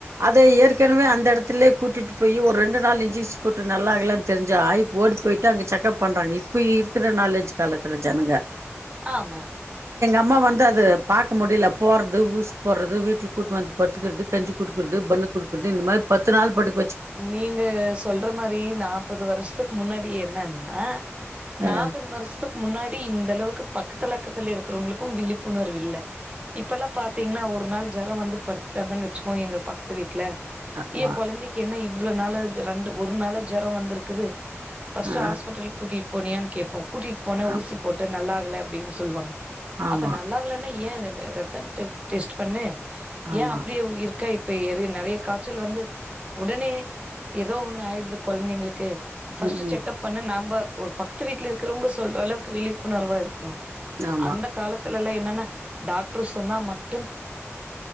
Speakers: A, on the right; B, on the right.
A: அத ஏற்கனவே அந்த இடத்துலயே கூட்டிட்டு போய் ஒரு ரெண்டு நாளு இஞ்சிசு போட்டு நல்லா ஆகலன்னு தெரிஞ்சா இப்ப ஓடி போய்டிட்டு அங்கே செக்கப் பண்றாங்க இப்போ இருக்கிற நாலு இஞ்சு காலத்து ஜனங்க
B: ஆமா
A: சும்மா வந்து அது பாக்க முடியல போறது ஊசு போறது வீட்டுல கூட்டு வந்து படுத்துக்கிறது கஞ்சி குடுக்கறது பண்ணு குடுக்கறது இந்த மாரி பத்து நாள் படுக்
B: நீங்க சொல்ற மாரி நாப்பது வருஷத்துக்கு முன்னாடி என்னன்னா நாப்பது
A: ஆ
B: வருஷம் முன்னாடி இந்தளவுக்கு பக்கத்துல பக்கத்துல இருக்கிறவங்களுக்கும் விழிப்புணர்வு இல்ல இப்பல்லாம் பாத்தீங்கன்னா ஒரு நாள் ஜோரம் வந்து படுத்துட்டாங்கனு வச்சுக்கோங்க எங்க பக்கத்து வீட்ல
A: ஆமா
B: ஏ குழந்தை இவ்ளோ நாளு ரெண்டு ஒரு நாளா ஜோரம் வந்திருக்குது ஃபஸ்டு
A: ஆ
B: ஹாஸ்பிட்டல் கூட்டி போனியானு கேப்போம் கூட்டிட்டு போன
A: ஆ
B: ஊசி போட்டு நல்லா இல்ல அப்டின்னு சொல்லுவாங்க
A: ஆமா
B: அப்ப நல்லா இல்லான ஏன் ரத்தம் டெக் டெஸ்ட் பண்ணு
A: ஆமா
B: ஏன் அப்டியே இருக் <unintelligible> நெறைய காய்ச்சல் வந்து உடனே இ ஏதோ ஒண்ணு ஆயிடுது கொழந்தைங்களுக்கு ஃபஸ்ட்
A: ம் ம்
B: செக்கப் பண்ணு நம்ம ஒரு பக்கத்து வீட்ல இருக்கிறவங்க சொல்ற அளவுக்கு விழிப்புணர்வா இருக்குறோம்
A: ஆமா
B: அந்த காலத்துல எல்லா என்னன்ன டாக்டர் சொன்னா மட்